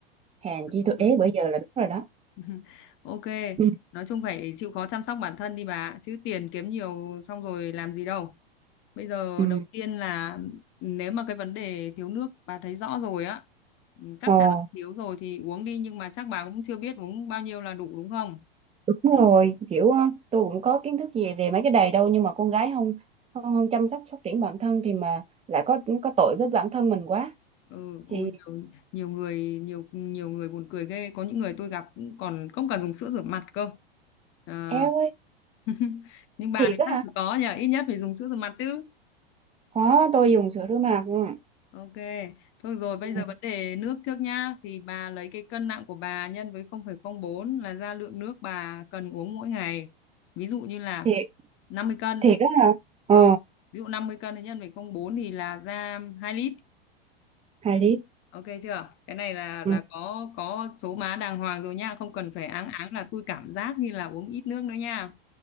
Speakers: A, on the right; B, on the left.
A: Hèn chi
B: Ờ.
A: tôi ế bữa giờ là đúng rồi đó.
B: <laughs> Ok,
A: Ừ.
B: nói chung phải chịu khó chăm sóc bản thân đi bà, chứ tiền kiếm nhiều xong rồi làm gì đâu. Bây giờ
A: Ừ.
B: đầu tiên là ừ, nếu mà cái vấn đề thiếu nước bà thấy rõ rồi á, ừ, chắc
A: Ồ,
B: chắn là thiếu rồi thì uống đi nhưng mà chắc bà cũng chưa biết uống bao nhiêu là đủ đúng không?
A: đúng rồi, kiểu ờ, tôi cũng có kiến thức gì về mấy cái đầy đâu, nhưng mà con gái không không, không chăm sóc phát triển bản thân thì mà lại có có tội với bản thân mình quá.
B: Ừ, ôi
A: Thì
B: nhiều, nhiều người nhiều nhiều người buồn cười ghê, có những người tôi gặp cũng còn không cả dùng sữa rửa mặt cơ. Ờ,
A: eo ơi,
B: <laughs> nhưng bà
A: thiệt
B: thì
A: á
B: chắc
A: hả?
B: là có nhờ, ít nhất phải dùng sữa rửa mặt chứ.
A: có tôi dùng sữa rửa mặt ừ.
B: Ok, thôi rồi bây
A: Ừ.
B: giờ vấn đề nước trước nhá thì bà lấy cái cân nặng của bà nhân với 0,04 là ra lượng nước bà cần uống mỗi ngày. Ví dụ như là
A: thiệt
B: 50 cân.
A: thiệt á hả ờ
B: Ừ, ví dụ 50 cân thì nhân với 0,04 thì là ra 2 lít.
A: hai lít
B: Ok chưa? Cái này là
A: ừ.
B: là có có số má đàng hoàng rồi nha, không cần phải áng áng là tôi cảm giác như là uống ít nước nữa nha.